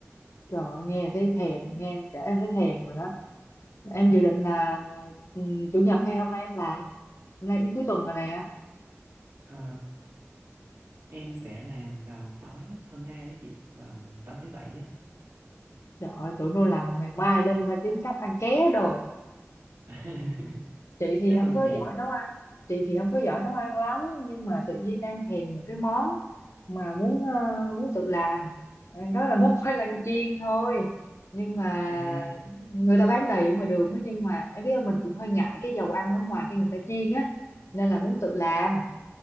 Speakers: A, on the left (about 65°); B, on the right (about 80°).
A: trời ơi, nghe thấy thèm nghe em kể thấy thèm rồi đó em dự định là ừm, chủ nhật hay hôm nay em làm hôm nay cũng cuối tuần rồi nè
B: Ờ, em sẽ làm vào tối hôm nay đó chị, vào tối thứ bảy đó.
A: trời ơi tụi nó làm một ngày mai lên ta kiếm cách ăn ké đồ
B: <laughs>
A: chị thì
B: Thế
A: không
B: còn
A: có
B: chị?
A: giỏi nấu ăn chị thì không có giỏi nấu ăn lắm nhưng mà tự nhiên đang thèm một cái món mà muốn ờ, muốn tự làm Ờ, đó là <laughs> món khoai lang chiên thôi nhưng mà
B: À,
A: người ta bán đầy ở ngoài đường á nhưng mà em biết không, mình cũng hơi ngại cái dầu ăn ở ngoài cái người ta chiên á nên là muốn tự làm